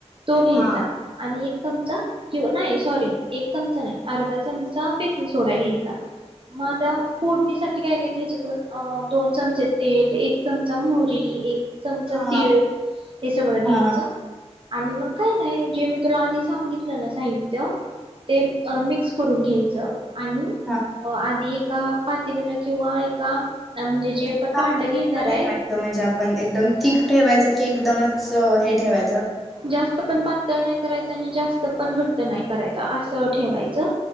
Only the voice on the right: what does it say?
तो घ्यायचा
आणि एक चमचा कीव नाही सॉरी एक चमचा नाही अर्धा चमचा बेकिंग सोडा घ्यायचा म आता फोडणीसाठी काय काय घ्यायचं त अअ दोन चमचे तेल एक चमचा मोहरी एक चमचा
तीळ हे सगळं घ्यायचं
आणि मग काय नाय जे मी तुला आधी सांगितलं ना साहित्य ते अ मिक्स करून घ्यायचं. आणि
आधी ए का पात तील किंवा एका म्हणजे जे
भांड घेणार आहेत
जास्त पण पातळ नाय करायच आणि जास्त पण घट नाही करायचं अस <unintelligible> ठेवायचं